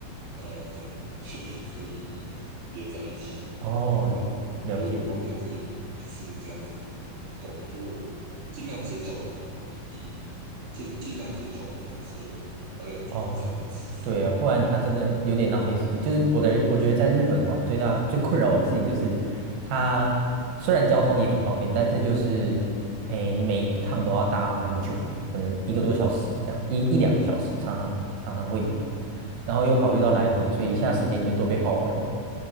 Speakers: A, on the right; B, on the right.
A: 呃，怎么是不是可以连在一起？
B: 哦，
A: 然后就是
B: 了解。
A: 就是我方便可以一次这样子移动，就是我尽量减少以尽尽量减少转车还有转站的次数。
B: 哦，对啊，不然他真的有点浪费时间。就是我的，我觉得在日本玩最大最困扰我的事情就是，它虽然交通也很方便，但是就是，哎，你每一趟都要搭蛮久的，可能一个多小时这样，一一两个小时，常常常常会有。然后又考虑到来回，所以一下时间就都被耗完了。